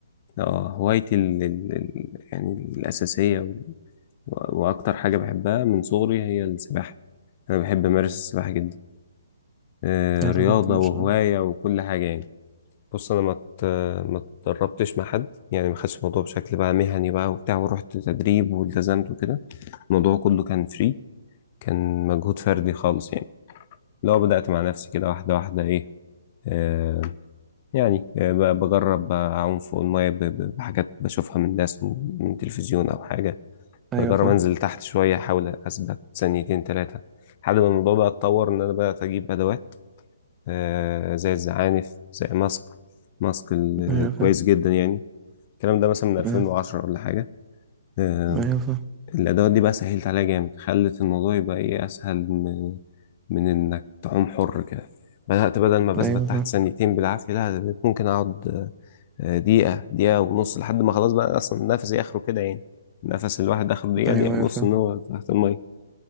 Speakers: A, on the left (about 35°); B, on the right (about 15°).
A: آه، هوايتي ال ال ال يعني الاساسية و- واكتر حاجة بحبها من صغري هي السباحة انا بحب امارس السباحة جدا آه
B: حلو
A: رياضة
B: جدا مش
A: وهواية
B: أنا
A: وكل حاجة يعني بص انا ما ات- ما اتدربتش مع حد يعني ما خدتش الموضوع بشكل بقى مهني بقى وبتاع ورحت تدريب والتزمت وكده الموضوع كله كان فري كان مجهود فردي خالص يعني لو بدأت مع نفسي كده واحدة واحدة إيه آه يعني آه ب- بجرب أعوم فوق المية ب- ب- بحاجات بشوفها من ناس من من تلفزيون أو حاجة
B: أيوة
A: بجرب
B: فاهم
A: أنزل تحت شوية أحاول أثبت ثانيتين تلاتة لحد ما الموضوع بقى اتطور إن أنا بقى أجيب أدوات آه زي الزعانف زي ماسك ماسك ال-
B: أيوة فاهم
A: كويس جدا يعني الكلام ده مثلا من 2010
B: آه،
A: ولا حاجة آه،
B: أيوة فاهم
A: الأدوات دي بقى سهلت عليها جامد خلت الموضوع يبقى إيه أسهل من, من إنك تعوم حر كده بدأت بدل ما بثبت
B: أيوة فاهم
A: تحت ثانيتين بالعافية لا ده بقيت ممكن أقعد آه، دقيقة دقيقة ونص لحد ما خلاص بقى أصلا نفسي آخره كده يعني نفس الواحد آخره دقيقة
B: أيوة
A: دقيقة
B: أيوة
A: ونص
B: فاهم
A: إن هو تحت المية